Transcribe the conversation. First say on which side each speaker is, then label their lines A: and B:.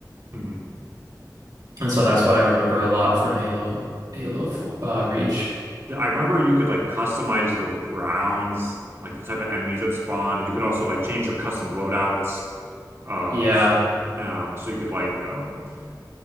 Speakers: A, on the right; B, on the right.
A: Mhm.
B: and so that's what I remember a lot from Halo Halo 4, uh, Reach.
A: I remember you could like customize the rounds, like the type of enemies that spawn, and you could also like change your custom loadouts. Uh
B: Yeah.
A: s- um so you could like um I'm